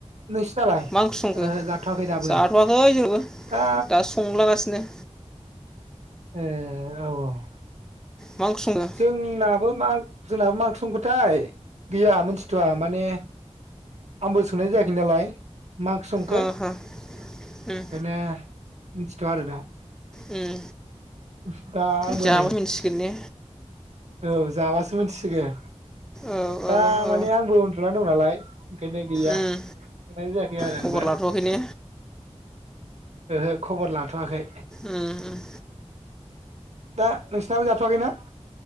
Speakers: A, on the right; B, in the centre.
A: नोंसिनालाय
B: मा ओंख्रि संखो
A: ओ जाथ'वाखै दाबो
B: जाथ'वाखै जोंहाबो
A: दा
B: दासो संलागासिनो।
A: ओ औ औ।
B: मा ओंख्रि संखो
A: जोंनाबो मा जोंनाबो मा ओंख्रि संखोथाय गैया मोनथिथ'आ माने आंबो सोंनाय जायाखै नालाय। मा ओंख्रि संखो
B: ओ
A: खायनो
B: हो उम
A: मिथिथ'वा आरो दा।
B: उम
A: <unintelligible> दा आंबो
B: जाबा
A: नै
B: मिथिसिगोन ने
A: औ जाबासो मिन्थिसिगोन।
B: औ औ
A: दा
B: औ
A: माने आंबो उन्दुनानै दं नालाय ओंखायनो गैया
B: उम
A: जानाय जायाखै आरो
B: खबर
A: आंबो।
B: लाथ'वाखै ने
A: ओहो खबर लाथ'वाखै।
B: उम उम
A: दा नोंसिनाबो जाथ'वाखैना?